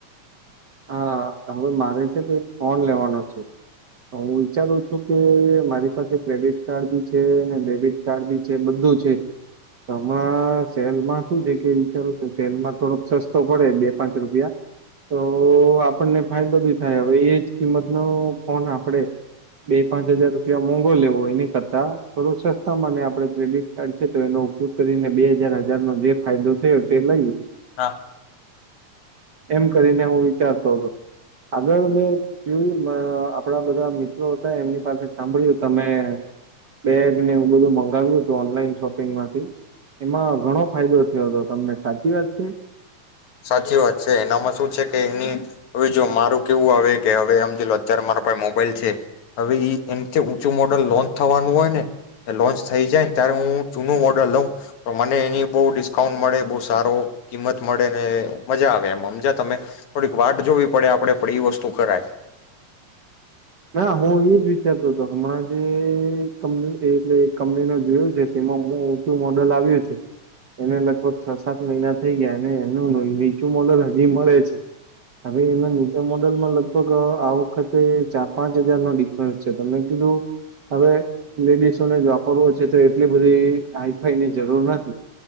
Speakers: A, on the right; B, on the left.
A: હાં. હવે મારે છે તે ફોન લેવાનો હું વિચારું છું કે મારી પાસે ક્રેડિટ કાર્ડ ભી છે ને ડેબિટ કાર્ડ ભી છે બધું છે, તો હમણાં સેલમાં શું છે કે વિચારું કે સેલમાં થોડોક સ તો પડે બે પાંચ રૂપિયા. તો તો આપણને ફાયદો બી થાય હવે એ. કિંમતનો કોન આપડે? બે પાંચ હજાર રૂપિયા મોંઘુ લેવો એની કરતા થોડું સસ્ત હા મને આપેડે ક્રેડિટ કાર્ડ છે તો એનો ઉપયોગ. કરીને બે હજાર હજાર નો જે ફાયદો થયો તે લઈ
B: હા.
A: એમ કરી હું વિચારતો હતો આગળ મે જોયું મારાં આપણા બધા મિત્રો હતા એમની પાસે સાંભળ્યું તમે બેગને એવુ બધું મંગાવ્યું હતું ઓનલાઈન શોપિંગમાંથી એમાં ઘણો ફાયદો થયો હતો તમને સાચી વાત છે?
B: સાચી વાત છે એનામાં શું છે કે એની હવે જો મારું કેવું આવે કે હવે હમજી લો ત્યારે મારા પાહે મો મોબાઈલ છે હવે ઇ એનથી ઊંચું મોડલ લોન્ચ થવાનું હોયને લોન્ચ થઈ જાયને ત્યારે હું જૂનું મોડલ લઉં પણ મને એની બહુ ડિસ્કાઉન્ટ મળે બહુ સારો કિંમત મળે. અને મજા આવે એમ હમજા તમે, થોડીક વાટ જોવી પડે આપડે પણ ઇ વસ્તુ કરાય.
A: ના હું ઇજ વિચારતો હતો હમણાં જે કંપની એટલે કંપની જોયો છે તેમાં ઊંચું મોડલ આવ્યું છે એને લગભગ છ સાત મહિના થઈ ગયા અને એનું નીચું મોડલ હજી મળે છે. હવે એના નીચા મોડલમાં લગભગ આ વખતે ચાર પાંચ હજાર નો ડિફરન્સ છે તો મે કીધું હવે લેડીસોને જ વાપરવો છે તો એટલી બધી હાઈફાઈની જરૂર નથી